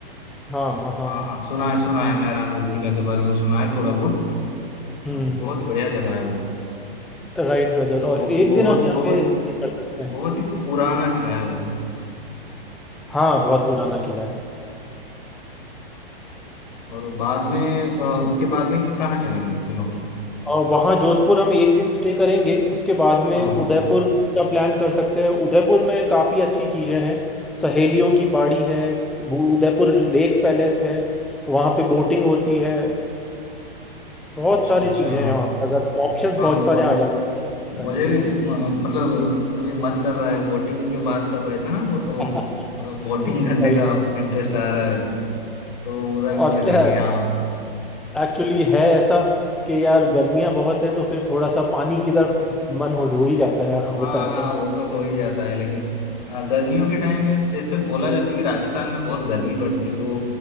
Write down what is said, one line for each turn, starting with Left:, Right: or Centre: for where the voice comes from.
Centre: हाँ हाँ हाँ
Left: हाँ
Centre: हाँ
Left: हाँ सुना है सुना है मेहरानगढ़ किला के बारे में सुना है थोड़ा बहुत हाँ,
Centre: हम्म
Left: बहुत बढ़िया जगह है वो
Centre: राइट ब्रदर
Left: मतलब बहु-
Centre: और एक
Left: बहुत
Centre: दिन हम यहाँ
Left: बहुत
Centre: पे stay कर सकते हैं
Left: बहुत ही पुराना किला है वो
Centre: हाँ बहुत पुराना किला है
Left: और बाद में अ, उसके बाद में कहाँ चलेंगे बोलो
Centre: और वहाँ जोधपुर हम एक दिन स्टे करेंगे उसके बाद में
Left: हाँ
Centre: उदयपुर
Left: हाँ
Centre: का प्लान कर सकते हैं उदयपुर में काफ़ी अच्छी चीज़ें हैं सहेलियों की बाड़ी है वो उदयपुर लेक पैलेस है वहाँ पे बोटिंग होती है बहुत
Left: अच्छा
Centre: सारी
Left: अच्छा
Centre: चीज़ें हैं वहाँ पे अगर ऑप्शन
Left: हाँ
Centre: बहुत
Left: बोट
Centre: सारे आ जाते हैं <laughs> करने
Left: मुझे
Centre: के
Left: भी
Centre: लिए
Left: म- मतलब अभी मन कर रहा है बोटिंग के बात कर रहे थे ना वो तो
Centre: <laughs>
Left: मतलब बोटिंग करने
Centre: Right.
Left: का इंटरेस्ट आ रहा है तो उधर
Centre: और
Left: भी चलेंगे
Centre: क्या है
Left: हाँ
Centre: एक्चुअली है ऐसा कि यार गर्मियाँ बहुत है तो फिर थोड़ा सा पानी की तरफ मन हो हो ही जाता है
Left: हाँ
Centre: होता है
Left: हाँ
Centre: तो
Left: वो तो हो ही जाता है लेकिन अ, गर्मियों के टाइम में जैसे बोला जाता है कि राजस्थान में बहुत गर्मी पड़ती है तो